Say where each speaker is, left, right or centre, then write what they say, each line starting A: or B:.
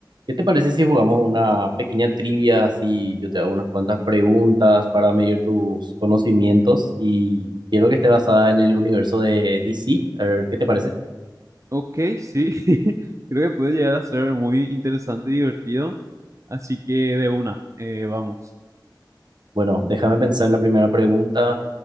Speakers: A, on the right; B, on the right.
A: ¿Qué te parece si jugamos una pequeña trivia? Si yo te hago unas cuantas preguntas para medir tus conocimientos y quiero que esté basada en el universo de DC. A ver, ¿qué te parece?
B: Ok, sí, <laughs> creo que puede llegar a ser muy interesante y divertido, así que de una, eh, vamos.
A: Bueno, déjame pensar en la primera pregunta.